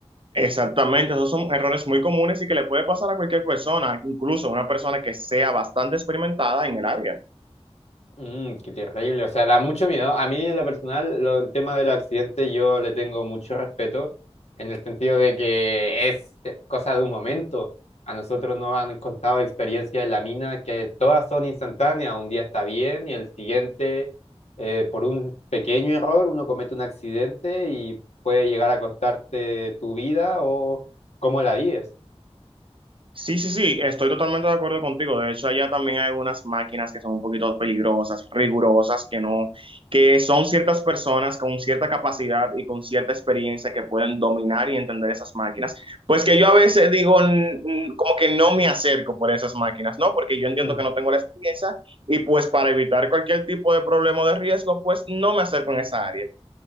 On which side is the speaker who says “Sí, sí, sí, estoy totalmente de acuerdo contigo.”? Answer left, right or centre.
Right